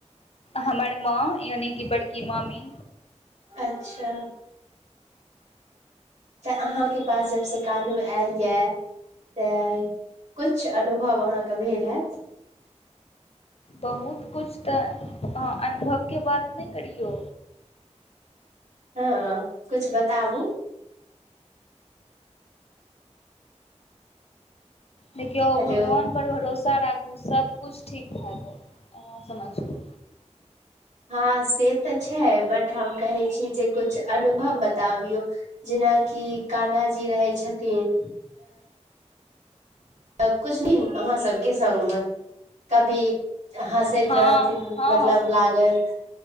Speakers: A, on the left; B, on the right.
A: हमर माँ यानि कि बड़की मामी।
B: अच्छा। तऽ अहाँके पास जबसे कान्हु आएल या। तै कुछ अनुभव अहाँके भेल हाएत।
A: बहुत कुछ तऽ अहाँ अनुभव के बात नै करियौ।
B: हां कुछ बताबु।
A: देखियौ
B: हेलो
A: भगवान पर भरोसा राखु सब कुछ ठीक भाए जाएत एना समझयौ।
B: हां से तऽ छै बट हम कहै छी जे कुछ अनुभव बताबियौ। जेना कि कान्हा जी रहै छथिन। अ कुछ भी अहाँ सबके संग मे कभी ह सैत
A: हँ
B: रहथिन
A: हँ
B: मतलब
A: हँ
B: लागत।